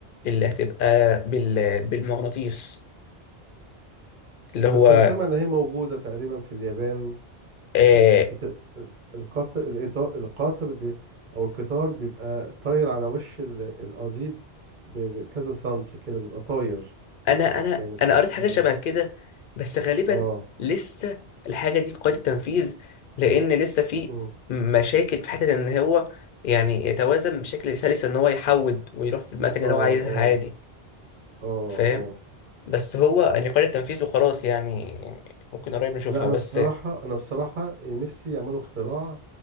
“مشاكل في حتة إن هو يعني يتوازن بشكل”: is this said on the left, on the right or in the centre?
Left